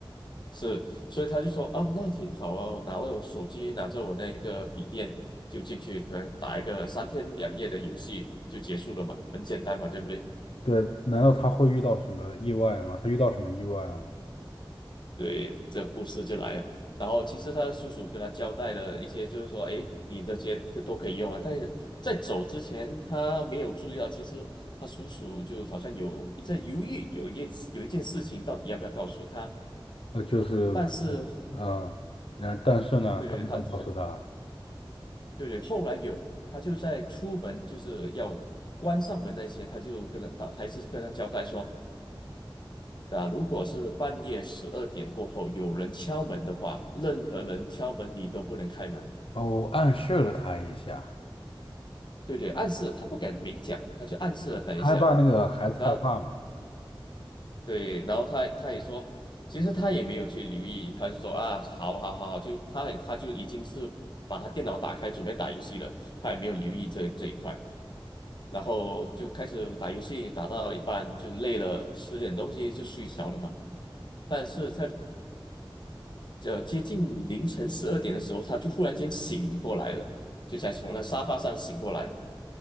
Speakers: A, on the left (about 55°); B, on the left (about 80°).
A: 是，所以他就说啊，那挺好啊，我拿了我手机，拿着我那个笔电就进去，可能打一个三天两夜的游戏就结束了嘛，很简单嘛，对不对？
B: 对，难道他会遇到什么意外吗？他遇到什么意外了吗？
A: 对，这个故事就来了。然后其实他的叔叔跟他交代了一些，就是说，哎，你的这些都可以用啊。但是在走之前，他没有注意到，其实他叔叔就好像有一阵犹豫，有一件有一件事情到底要不要告诉他。
B: 呃，就是可
A: 但是，
B: 能，呃，然但是呢，
A: 对对，
B: 他没有告诉他，
A: 他他对对，后来有他就在出门就是要关上门那前，他就跟他到还是跟他交代说。那如果是半夜十二点过后有人敲门的话，任何人敲门你都不能开门。
B: 哦，暗示了他一下，
A: 对对，暗示了他不敢明讲，他就暗示了他一下。
B: 害怕那个孩子害怕嘛。
A: 然后对，然后他他也说，其实他也没有去留意，他就说啊，好好好，就他也他就已经是把他电脑打开准备打游戏了，他也没有留意这这一块。然后就开始打游戏，打到一半就累了，吃点东西就睡着了嘛。但是。呃，接近凌晨十二点的时候，他就忽然间醒过来了，就才从那沙发上醒过来，